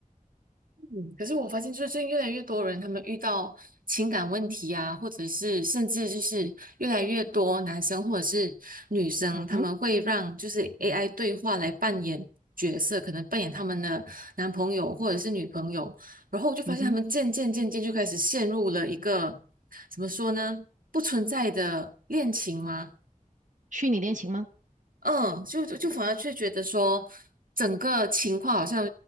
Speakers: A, on the right (about 80°); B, on the right (about 60°).
A: 嗯，可是我发现，就是最近越来越多人，他们遇到情感问题啊，或者是甚至就是越来越多男生或者是女生，
B: 嗯哼。
A: 他们会让就是 AI 对话来扮演角色，可能扮演他们的男朋友或者是女朋友，然后我就发现他们渐渐渐渐就开始陷入了一个
B: 嗯哼，
A: 怎么说呢，不存在的恋情吗？
B: 虚拟恋情吗？
A: 嗯，就就反而却觉得说，整个情况好像